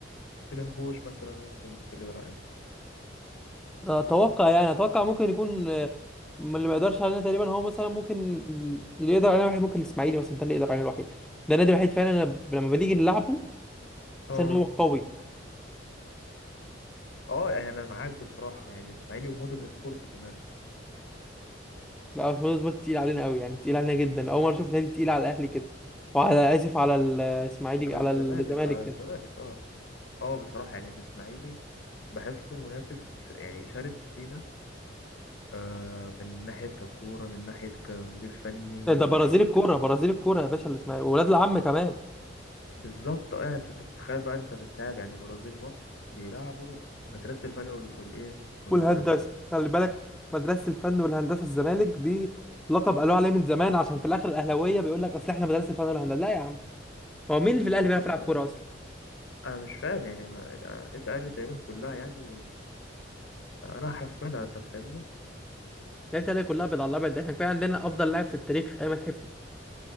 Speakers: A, on the left (about 80°); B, in the centre.
A: ستيلن بوش مثلا ممكن بس اللي رايي
B: اتوقع يعني اتوقع ممكن يكون آه، من اللي ما يقدرش علينا تقريبا هو مثلا ممكن اللي يقدر علينا الوحيد ممكن الاسماعيلي مثلا ده اللي يقدر علينا الوحيد ده النادي الوحيد فعلا أنا ب- لما بنيجي نلعبه
A: اه
B: عشان هو قوي
A: اه يعني انا معاك بصراحه يعني اسماعيلي ومودرن سبورت كمان
B: لا اسماعيلي سبورت تقيل علينا قوي يعني تقيل علينا جدا اول مرة اشوف نادي تقيل على الاهلي كده وعلى اسف على الاسماعيلي
A: على
B: على
A: الزمالك
B: الزمالك
A: على
B: كده
A: الزمالك اه اه بصراحه يعني الاسماعيلي بحسه منافس يعني شرس لينا آه من ناحيه ككوره من ناحيه كمدير فني
B: ده
A: من
B: برازيل
A: ناحيه ك-
B: الكوره برازيل الكوره يا باشا اللي اسمها إيه؟ واولاد العم كمان
A: بالظبط اه يعني انت بتتخيل بقى انت بتلعب يعني برازيل مصر بيلعبوا مدرسه الفن وال- والايه والمدرسه
B: والهندسه خلي بالك مدرسه الفن والهندسه الزمالك دي لقب قالوه عليه من زمان عشان في الاخر الاهلاويه بيقول لك اصل احنا مدرسه الفن والهندسه لا يا عم هو مين اللي في الاهلي
A: بالظبط
B: بيعرف يلعب كوره
A: اه
B: اصلا؟
A: انا مش فاهم يعني ما... النت قال تقريبا كلها يعني انا هحفلها انت فاهمني
B: لعيبه الاهلي كلها بيض على الابيض ده احنا كفايه عندنا افضل لاعب في التاريخ ايمن حفني